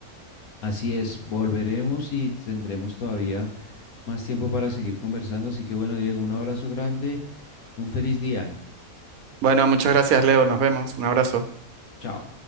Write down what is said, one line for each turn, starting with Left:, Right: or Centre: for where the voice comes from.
Left: Así es, volveremos y tendremos todavía más tiempo para seguir conversando. Así que bueno, Diego, un abrazo grande, un feliz día.
Right: Bueno, muchas gracias, Leo. Nos vemos. Un abrazo.
Left: Chao.